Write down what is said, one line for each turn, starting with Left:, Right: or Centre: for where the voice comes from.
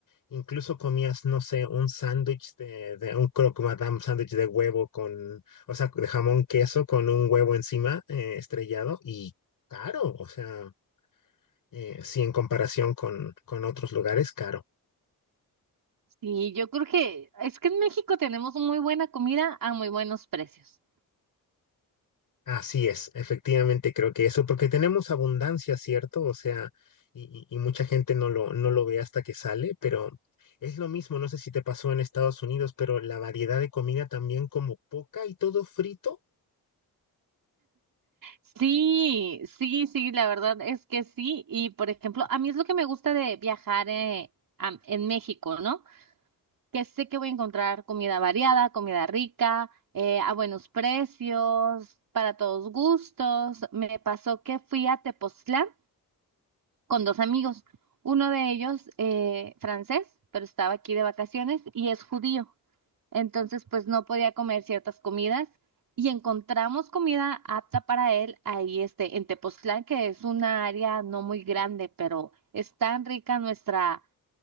Left: Incluso comías, no sé, un sándwich de, de un croque madame, sándwich de huevo con, o sea, de jamón queso con un huevo encima eh, estrellado y caro. O sea, eh, sí, en comparación con, con otros lugares, caro.
Right: Sí, yo creo que es que en México tenemos muy buena comida a muy buenos precios.
Left: Así es, efectivamente creo que eso, porque tenemos abundancia, ¿cierto? O sea, y, y- y mucha gente no lo, no lo ve hasta que sale, pero es lo mismo, no sé si te pasó en Estados Unidos, pero la variedad de comida también como poca y todo frito.
Right: Sí, sí, sí, la verdad es que sí. Y por ejemplo, a mí es lo que me gusta de viajar eh, am- en México, ¿no? Que sé que voy a encontrar comida variada, comida rica, eh, a buenos precios, para todos gustos. Me pasó que fui a Tepoztlán con dos amigos, uno de ellos eh, francés, pero estaba aquí de vacaciones y es judío. Entonces, pues no podía comer ciertas comidas y encontramos comida apta para él ahí este, en Tepoztlán, que es una área no muy grande, pero es tan rica nuestra,